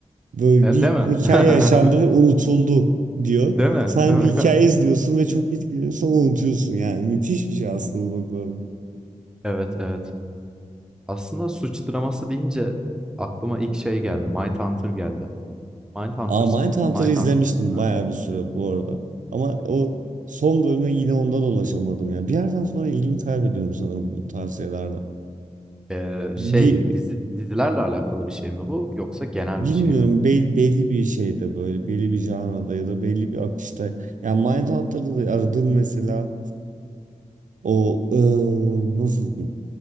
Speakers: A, on the right; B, in the centre.
A: Böyle
B: E,
A: bir
B: değil mi?
A: hikaye
B: <laughs>
A: yaşandı ve unutuldu diyor.
B: Değil mi?
A: Sen
B: Değil mi?
A: bir hikaye
B: <laughs>
A: izliyorsun ve çok etkileniyorsun ama unutuyorsun yani. Müthiş bir şey aslında bu bakıma.
B: Evet, evet. Aslında suç draması deyince aklıma ilk şey geldi, Mindhunter geldi. Mindhunters
A: Aa, Mindhunter'ı
B: mıydı? Mindhunter.
A: izlemiştim
B: Aynen.
A: bayağı bir süre bu arada. Ama o son bölüme yine onda da ulaşamadım ya. Bir yerden sonra ilgimi kaybediyorum sanırım bu tarz tavsiyelerde.
B: Eee, şey,
A: Bir
B: dizi dizilerle alakalı bir şey mi bu yoksa genel
A: bilmiyorum
B: bir şey mi?
A: bel- belli bir şeyde böyle belli bir janrada ya da belli bir akışta. Yani Mindhunter'da da aradığım mesela o eee, nasıl diyeyim?